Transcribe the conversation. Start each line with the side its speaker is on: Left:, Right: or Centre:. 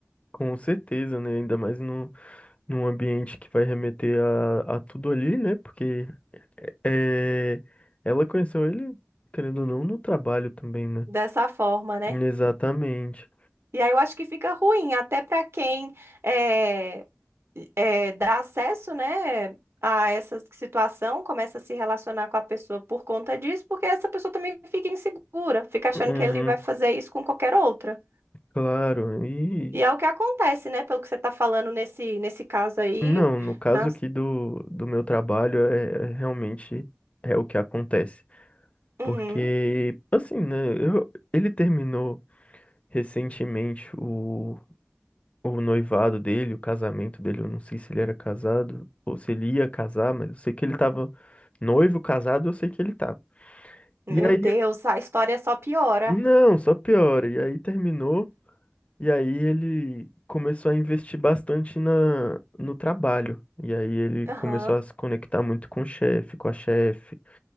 Left: Com certeza, né? Ainda mais no, num ambiente que vai remeter a, a tudo ali, né? Porque É, ela conheceu ele, querendo ou não, no trabalho também, né?
Right: dessa forma, né?
Left: Exatamente.
Right: E aí eu acho que fica ruim até pra quem é, é, dá acesso, né, a essa situação, começa a se relacionar com a pessoa por conta disso, porque essa pessoa também fica insegura, fica achando
Left: Uhum,
Right: que ele vai fazer isso com qualquer outra.
Left: claro. E
Right: E é o que acontece, né, pelo que você está falando nesse, nesse caso aí.
Left: não, no caso
Right: Nas...
Left: aqui do, do meu trabalho, é, é realmente é o que acontece.
Right: Uhum.
Left: Porque, assim, né? eu- ele terminou recentemente o, o noivado dele, o casamento dele. Eu não sei se ele era casado ou se ele ia casar, mas eu sei que ele tava noivo, casado, eu sei que ele tava.
Right: Meu
Left: E aí
Right: Deus, a história só piora.
Left: Não, só piora. E aí terminou, e aí ele começou a investir bastante na, no trabalho. E aí ele
Right: Aham.
Left: começou a se conectar muito com o chefe, com a chefe,